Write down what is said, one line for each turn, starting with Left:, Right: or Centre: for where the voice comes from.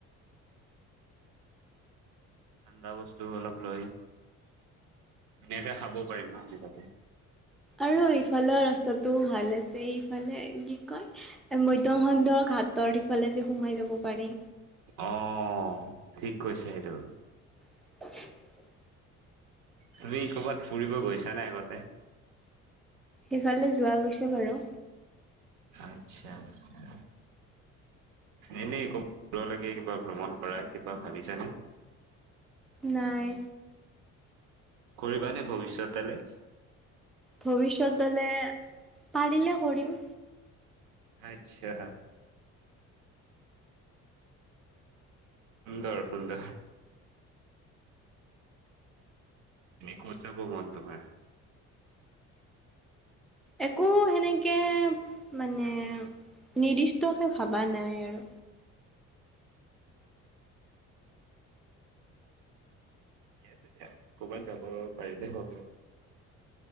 Right: ঠাণ্ডা বস্তু অলপ লৈ ধুনীয়াকে খাব পাৰিম ন' আমি তাতে।
Centre: আৰু ইফালৰ ৰাস্তাটো ভাল আছে, ইফালে কি কয় মধ্য খণ্ড হাতৰ সিফালে যে সোমাই যাব পাৰি।
Right: অ' ঠিক কৈছে সেইটো।
Centre: <inaudible>
Right: তুমি কৰ'বাত ফুৰিব গৈছানে আগতে?
Centre: সেইফালে যোৱা গৈছোঁ বাৰু।
Right: আচ্ছা, আচ্ছা। এনেই ক'বাত যাব লাগে, কিবা ভ্ৰমণ কৰা, কিবা ভাবিছানে?
Centre: নাই।
Right: কৰিবানে ভৱিষ্যতলে?
Centre: ভৱিষ্যত মানে পাৰিলে কৰিম।
Right: আচ্ছা। সুন্দৰ সুন্দৰ। তুমি ক'ত যাব মন তোমাৰ?
Centre: একো হেনেকে মানে নিৰ্দিষ্টকে ভবা নাই আৰু।
Right: ঠিকে আছে দিয়া। ক'ৰবাত যাব পাৰিলে হ'ল।